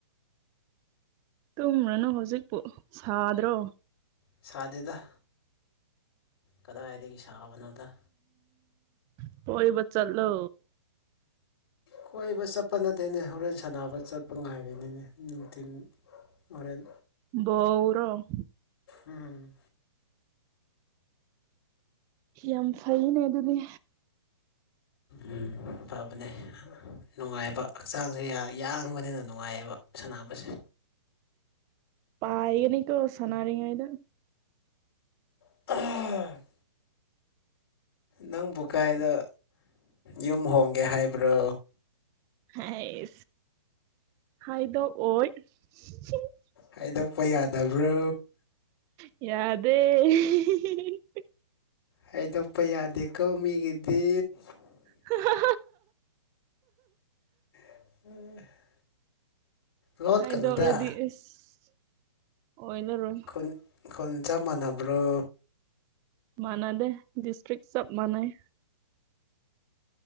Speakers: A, on the right; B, on the left.
A: ꯇꯨꯝꯔꯅꯨ ꯍꯧꯖꯤꯛꯄꯨ ꯁꯥꯗ꯭ꯔꯣ
B: ꯁꯥꯗꯦꯗ ꯀꯗꯥꯏꯗꯒꯤ ꯁꯥꯕꯅꯣꯗ
A: <unintelligible> ꯀꯣꯢꯕ ꯆꯠꯂꯣ
B: ꯀꯣꯏꯕ ꯆꯠꯄ ꯅꯠꯇꯦꯅꯦ ꯍꯣꯔꯦꯟ ꯁꯥꯟꯅꯕ ꯆꯠꯄ ꯉꯥꯏꯔꯤꯅꯤꯅꯦ ꯅꯨꯡꯊꯤꯟ ꯃꯣꯔꯦꯟ
A: ꯕꯣꯜꯔꯣ
B: ꯎꯝ
A: ꯌꯥꯝ ꯐꯩꯅ ꯑꯗꯨꯗꯤ
B: ꯎꯝ ꯐꯕꯅꯦ ꯅꯨꯡꯉꯥꯏꯕ ꯍꯛꯆꯥꯡꯁꯦ ꯌꯥꯡꯕꯅꯤꯅ ꯅꯨꯡꯉꯥꯏꯑꯕ ꯁꯥꯟꯅꯕꯁꯦ
A: ꯄꯥꯏꯒꯅꯤꯀꯣ ꯁꯅꯥꯔꯤꯉꯩꯗ
B: <unintelligible> ꯅꯪꯕꯨ ꯀꯥꯏꯗ ꯌꯨꯝ ꯍꯣꯡꯒꯦ ꯍꯥꯏꯕ꯭ꯔꯣ
A: ꯍꯩꯏ ꯍꯥꯏꯗꯣ ꯑꯣꯏ <unintelligible>
B: ꯍꯥꯏꯗꯣꯛꯄ ꯌꯥꯗꯕ꯭ꯔꯣ
A: ꯌꯥꯗꯦ <unintelligible>
B: ꯍꯥꯏꯗꯣꯛꯄ ꯌꯥꯗꯦꯀꯣ ꯃꯤꯒꯤꯗꯤ
A: <unintelligible>
B: <unintelligible> ꯂꯣꯠꯀꯅꯨꯗ
A: ꯍꯥꯏꯗꯣꯛꯔꯗꯤ ꯏꯁ ꯑꯣꯏꯔꯔꯣꯏ
B: ꯈꯨꯟ ꯈꯨꯟ ꯆꯞ ꯃꯅꯕ꯭ꯔꯣ
A: ꯃꯅꯥꯗꯦ ꯗꯤꯁꯇ꯭ꯔꯤꯛ ꯆꯞ ꯃꯅꯩ